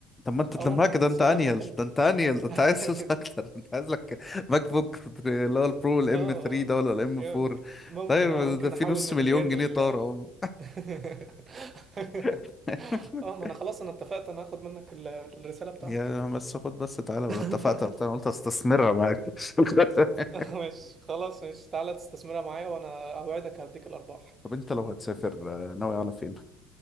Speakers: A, on the left; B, on the right.
A: طب ما انت
B: اه
A: تلمها
B: ممكن
A: كده انت
B: تصدق
A: انيل
B: ممكن
A: ده انت انيل
B: <laughs>
A: ده انت
B: اه
A: عايز فلوس اكتر <laughs> انت عايز لك ماك بوك بري- اللي هو البرو الام
B: اه
A: 3 ده ولا الام
B: يمكن-
A: 4
B: ممكن
A: طيب
B: اه ممكن
A: ده في
B: نحول
A: نص
B: من
A: مليون
B: الاير
A: جنيه
B: لل
A: طار اهو
B: <laughs>
A: <laughs>
B: اه ما انا خلاص انا اتفقت انا هاخد منك ال- الرسالة بتاعتك
A: يا بس خد بس تعالى انا
B: <laughs>
A: اتفقت وقتها، انا قلت استثمرها معاك <laughs>
B: ماشي خلاص ماشي تعالى تستثمرها معايا وانا اوعدك هديك الارباح
A: طب انت لو هتسافر آه، ناوي على فين؟